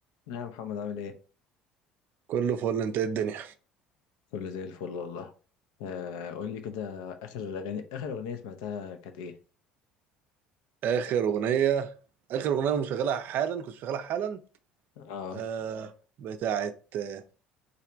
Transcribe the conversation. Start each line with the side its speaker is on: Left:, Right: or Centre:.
Left: نعم يا محمد عامل ايه؟
Right: كله فل انت ايه الدنيا
Left: كله زي الفل والله آه قول لي كده اخر الاغاني اخر اغنية سمعتها كانت ايه؟
Right: اخر اغنيه اخر اغنيه انا مشغلها حالا كنت شغالها حالا
Left: اه
Right: آه بتاعت آه،